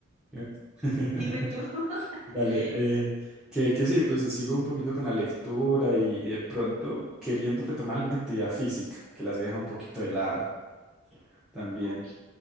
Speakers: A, in the centre; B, on the right.
A: dime. <laughs>
B: dime tú. <laughs>
A: Vale, eh, que, que sí, pues sigo un poquito con la lectura y, y de pronto queriendo retomar alguna actividad física, que las he dejado un poquito de lado también.
B: Ok.